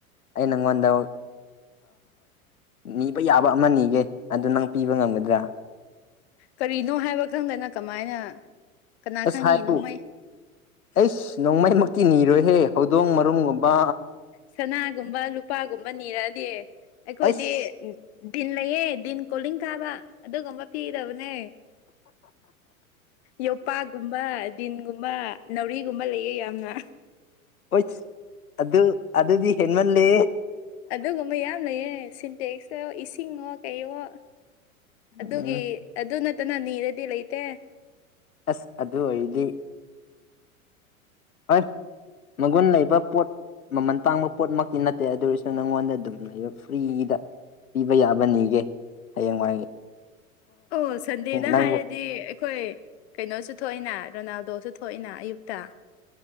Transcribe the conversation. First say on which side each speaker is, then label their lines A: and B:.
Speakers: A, on the left (about 75°); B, on the left (about 50°).
A: ꯑꯩ ꯅꯪꯉꯣꯟꯗ ꯅꯤꯕ ꯌꯥꯕ ꯑꯃ ꯅꯤꯒꯦ ꯑꯗꯨ ꯅꯪ ꯄꯤꯕ ꯉꯝꯒꯗ꯭ꯔꯥ
B: ꯀꯔꯤꯅꯣ ꯍꯥꯏꯕ ꯈꯪꯗꯅ ꯀꯃꯥꯏꯅ ꯀꯅꯥ
A: ꯑꯁ
B: ꯈꯪꯉꯤꯅꯣ
A: ꯍꯥꯏꯌꯨ
B: ꯃꯩ
A: ꯑꯩꯁ ꯅꯣꯡꯃꯩꯃꯛꯇꯤ ꯅꯤꯔꯣꯏꯍꯦ ꯍꯧꯗꯣꯡ ꯃꯔꯨꯝꯒꯨꯝꯕ
B: ꯁꯅꯥꯒꯨꯝꯕ ꯂꯨꯄꯥꯒꯨꯝꯕ ꯅꯤꯔꯛꯑꯗꯤ ꯑꯩꯈꯣꯏꯗꯤ
A: ꯑꯩꯁ
B: ꯗꯤꯟ ꯂꯩꯌꯦ ꯗꯤꯟ ꯀꯣꯂꯤꯡ ꯀꯥꯕ ꯑꯗꯨꯒꯨꯝꯕ ꯄꯤꯒꯗꯕꯅꯦ ꯌꯣꯄꯥꯛꯒꯨꯝꯕ ꯗꯤꯟꯒꯨꯝꯕ ꯅꯥꯎꯔꯤꯒꯨꯝꯕ ꯂꯩꯌꯦ ꯌꯥꯝꯅ
A: ꯍꯣꯏ ꯑꯗꯨ ꯑꯗꯨꯗꯤ ꯍꯦꯟꯃꯜꯂꯦ
B: ꯑꯗꯨꯒꯨꯝꯕ ꯌꯥꯝ ꯂꯩꯌꯦ ꯁꯤꯟꯇꯦꯛꯁꯇꯣ ꯏꯁꯤꯡꯉꯣ ꯀꯩꯋꯣ ꯑꯗꯨꯒꯤ
A: ꯎꯝ
B: ꯑꯗꯨ ꯅꯠꯇꯅꯥ ꯅꯤꯔꯗꯤ ꯂꯩꯇꯦ
A: ꯑꯁ ꯑꯗꯨ ꯑꯣꯏꯔꯗꯤ ꯍꯣꯏ ꯃꯒꯨꯟ ꯂꯩꯕ ꯄꯣꯠ ꯃꯃꯟ ꯇꯥꯡꯕ ꯄꯣꯠꯃꯛꯇꯤ ꯅꯠꯇꯦ ꯑꯗꯨ ꯑꯣꯏꯔꯁꯨ ꯅꯪꯉꯣꯟꯗ ꯑꯗꯨꯝ ꯂꯩꯕ ꯐ꯭ꯔꯤꯗ ꯄꯤꯕ ꯌꯥꯕ ꯅꯤꯒꯦ ꯍꯌꯦꯡꯋꯥꯏ
B: ꯑꯣ ꯁꯟꯗꯦꯅ
A: ꯅꯪꯕꯨ
B: ꯍꯥꯏꯔꯗꯤ ꯑꯩꯈꯣꯏ ꯀꯩꯅꯣꯁꯨ ꯊꯣꯛꯋꯦꯅ ꯔꯣꯅꯥꯜꯗꯣꯁꯨ ꯊꯣꯛꯢꯅ ꯑꯌꯨꯛꯇ